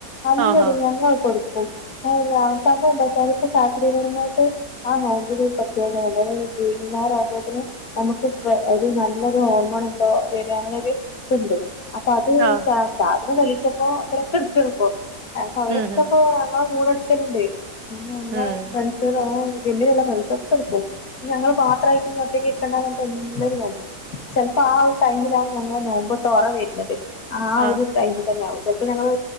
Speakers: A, on the left; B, on the right.
A: അല്ലെടീ
B: ആഹാ
A: ഞങ്ങളൊക്കൊട് ക്കും അതല്ലാ സംഭവെന്താച്ചാല് ഇപ്പം ശാസ്ത്രീയ പരമായ്ട്ട് ആഹ് നോമ്പിന് ഒരു പ്രത്യേകതല്ലേ വെയ്കുന്നാരാവുമ്പോത്ത്ന് നമുക്ക് പ്പൊ ഒരു നല്ലൊരു ഹോർമോണാക്കാ വെരും അങ്ങനൊര് ത്ണ്ട് അപ്പൊ അത്
B: ആഹ്
A: ശാ ശാസ്ത്രം തെളിയിച്ചപ്പോ അവരൊക്കെട്ക്കാണ്പ്പോ അപ്പൊ അവരൊക്കെപ്പോ
B: ഉം ഹും
A: ഞങ്ങെളെ കൂടെട്ക്കെല്ണ്ട് <unintelligible>
B: ഉം
A: ള് ഫ്രൺസ് <unintelligible> ജിമ്മ്ല്ള്ള ഫ്രൺസൊക്കട്ക്കും ഞങ്ങള് മാത്രായിറ്റ് ഒറ്റക്ക് ഇര്ക്കണ്ടാന്നർഞ്ഞ്ട്ട് എല്ലരും നോമ്പ്ട്ക്കും ചെൽപ്പം ആ ഒരു ടൈമിലാവും ഞങ്ങളെ നോമ്പ് തൊറ വെര്ണെത് ആ
B: ആഹ്
A: ഒരു ടൈമി തന്നാവും ചെൽപ്പം ഞങ്ങള്